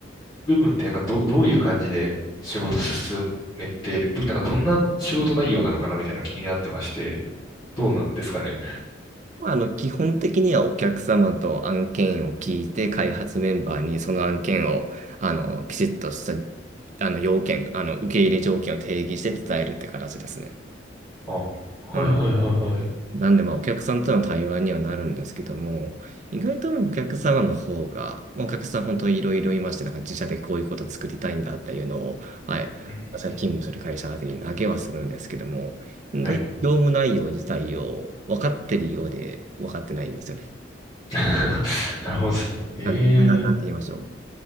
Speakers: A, on the left; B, on the right.
A: 部分ってなんかど、どういう感じで仕事進めてる、ど、なんかどんな仕事内容なのかなみたいなの気になってまして、どうなんですかね。
B: まあ、あの、基本的にはお客様と案件を聞いて、開発メンバーにその案件を、あの、きちっとした、あの、要件、あの、受け入れ条件を定義して伝えるって形ですね。
A: あ、はいはいはいはい。
B: うん
A: う
B: なんで、まあ、お客さんとの対話にはなるんですけども、意外とお客様の方が、まあお客さん本当にいろいろいまして、なんか自社でこういうこと作りたいんだっていうのを、はい、
A: ーん、
B: 私が勤務する会社宛てに投げはするんですけども、意外と業務内容自体を分かってるようで分かってないんですよね。
A: はい。<laughs> なるほどですね。ええ。
B: なん、なん、なんて言いましょ